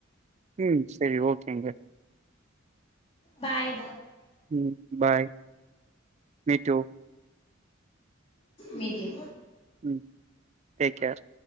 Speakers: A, on the right (about 35°); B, on the left (about 30°).
A: ம் சேரி ஓகேங்க
B: பாய்
A: ம் bye meet to
B: meet you
A: ம் டேக் கேர்